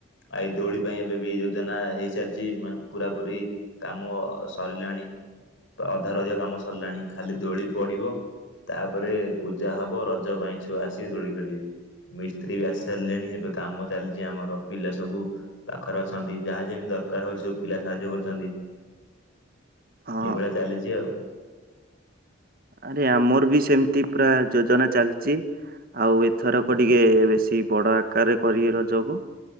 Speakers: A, on the left; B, on the right.
A: ଆ ଏଇ ଦୋଳି ପାଇଁ ଏବେ ବି ଯୋଜନା ହେଇସାରିଛି ମାନେ ପୁରା ପୁରି କାମ ସରିଲାଣି ବା ଅଧାରୁ ଅଧିକ କାମ ସରିଲାଣି ଖାଲି ଦୋଳି ପଡିବ। ତାପରେ ପୂଜା ହବ ରଜ ପାଇଁ ଛୁଆ ଆସିବେ ଦୋଳି ଖେଳିବେ। ମିସ୍ତ୍ରୀ ବି ଆସିସାରିଲେଣି ଏବେ କାମ ଚାଲିଛି ଆମର ପିଲା ସବୁ ପାଖରେ ଅଛନ୍ତି ଯାହା ଯେମିତି ଦରକାର ହଉଛି ସବୁ ପିଲା ସାହାଯ୍ୟ କରୁଛନ୍ତି।
B: <inaudible> ହଁ
A: ଏଇଭଳିଆ ଚାଲିଛି ଆଉ।
B: ଆରେ ଆମର ବି ସେମିତି ପୁରା ଯୋଜନା ଚାଲିଚି। ଆଉ ଏଥରକ ଟିକେ ବେଶୀ ବଡ ଆକାରରେ କରିବେ ରଜକୁ।